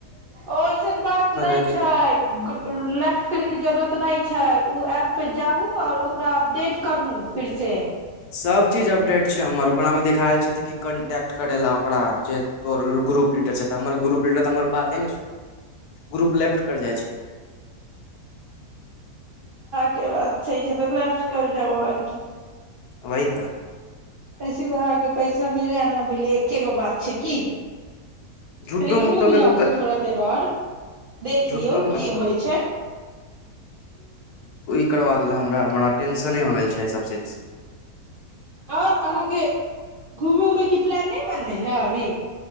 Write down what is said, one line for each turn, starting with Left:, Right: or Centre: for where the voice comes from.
Right: ओ ऐसन बात नहि
Left: रह
Right: छै
Left: के की
Right: लेफ्ट करै के जरूरत नहि छै छै ओ एऐपपर जाहू आओर ओकरा अपडेट करू फेरसँ
Left: सब चीज अपडेट छै हमर ओकरा मे देख ायल छै कन्ट्ट करे ला ओकरा तो ग्रुप लीडरर ग्रुप लीडर त हमर बाते ग्रुप ले कर छिय
Right: के बच छैा ई छै तऽ लेफ्ट कर जाब आकी
Left: अहितऽ
Right: ऐसे भ अहाँके पैसा मिलै आ नहि मिलै एके गो बात छै की
Left: झुट्टो
Right: लेकिन
Left: मुट्टो
Right: रुकि जाबू
Left: के तू क-
Right: थोड़ा देर आओर देख
Left: झुट्टो
Right: लियौ की होइ छै
Left: तकर बाद लए हमरा बड़रा टेन्शने हो गेल छै एहि सब चीजसँ
Right: आओर अहाँके घूमय उमयके प्लान नहि बनै हए अभी